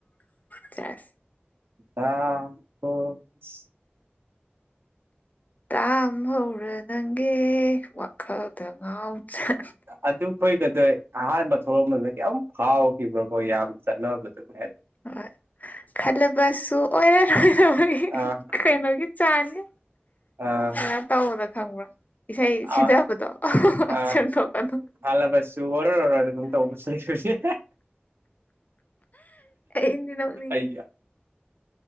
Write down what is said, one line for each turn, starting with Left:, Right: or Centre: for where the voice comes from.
Left: ꯁꯦꯁ
Right: <unintelligible>
Left: ꯇꯥꯝꯍꯧꯔ ꯅꯪꯒꯤ ꯋꯥꯈꯜꯗ ꯉꯥꯎ ꯆꯠ
Right: ꯑꯗꯨꯈꯣꯏꯒꯗꯔ ꯑꯍꯥꯟꯕ ꯊꯣꯂꯛꯑꯝꯕꯗ ꯀꯌꯥꯝ ꯐꯥꯎꯈꯤꯕ꯭ꯔꯀꯣ ꯌꯥꯝ ꯆꯠꯅꯕꯗ <unintelligible>
Left: ꯍꯣꯏ ꯈꯜꯂꯕꯁꯨ ꯑꯣꯏꯔꯔꯔꯣꯏ
Right: ꯑꯥ
Left: ꯀꯩꯅꯣꯒꯤ ꯆꯥꯟꯒꯤ
Right: ꯑ
Left: ꯀꯩꯅꯣ ꯇꯧꯕꯗꯣ ꯈꯪꯕ꯭ꯔꯥ ꯏꯁꯩ ꯁꯤꯗꯕꯗꯣ
Right: ꯑꯥ ꯑꯥ
Left: ꯁꯦꯝꯗꯣꯛꯄꯗꯣ <inaudible>
Right: ꯍꯥꯜꯂꯕꯁꯨ ꯑꯣꯔꯣꯔꯣ ꯑꯗꯨꯝ ꯇꯧꯕꯁꯨ ꯂꯩꯕꯅꯦ
Left: ꯑꯩꯗꯤ ꯅꯣꯛꯅꯤꯡꯉꯤꯗ
Right: ꯑꯩ